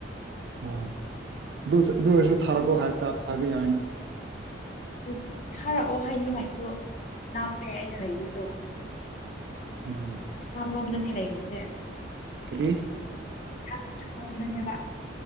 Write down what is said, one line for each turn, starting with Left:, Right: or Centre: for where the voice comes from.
Right: ꯑꯣ ꯑꯗꯨ ꯑꯗꯨ ꯑꯣꯏꯔꯁꯨ ꯊꯥꯔꯛꯀꯣ ꯍꯥꯏ ꯍꯥꯏꯕ ꯌꯥꯏꯅ
Left: ꯍꯧꯖꯤꯛ ꯍꯥꯏꯔꯛꯑꯣ ꯍꯥꯏꯅꯤꯡꯉꯥꯏꯁꯨ ꯂꯥꯞꯄꯦ ꯑꯩꯅ ꯂꯩꯕꯁꯨ
Right: ꯎꯝ
Left: ꯀꯝꯔꯣꯝꯗꯅꯤ ꯂꯩꯔꯤꯁꯦ
Right: ꯀꯔꯤ
Left: ꯑꯁꯥꯞ ꯑꯁꯥꯕꯝꯗꯅꯦꯕ